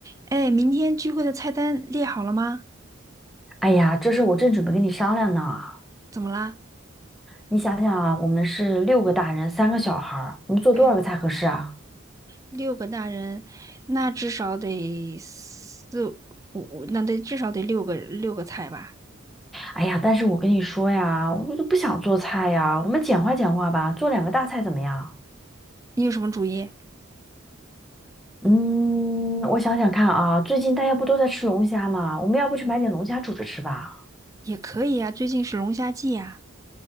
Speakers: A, on the right; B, in the centre.
A: 哎，明天聚会的菜单列好了吗？
B: 哎呀，这事我正准备跟你商量呢。
A: 怎么啦？
B: 你想想啊，我们是六个大人，三个小孩儿，我们做多少个菜合适啊？
A: 对，六个大人，那至少得四五，五那得至少得六个六个菜吧？
B: 哎呀，但是我跟你说呀，我都不想做菜呀，我们简化简化吧，做两个大菜怎么样？
A: 你有什么主意？
B: 嗯，我想想看啊，最近大家不都在吃龙虾吗？我们要不去买点龙虾煮着吃吧？
A: 也可以呀，最近是龙虾季呀，